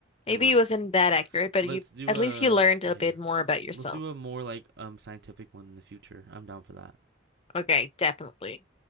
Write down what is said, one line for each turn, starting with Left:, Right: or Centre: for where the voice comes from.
Left: Maybe
Right: It was.
Left: it wasn't that accurate, but
Right: Let's
Left: you
Right: do
Left: at
Right: a
Left: least you learned
Right: yeah.
Left: a bit more about yourself.
Right: Let's do a more like um scientific one in the future. I'm down for that.
Left: Okay, definitely.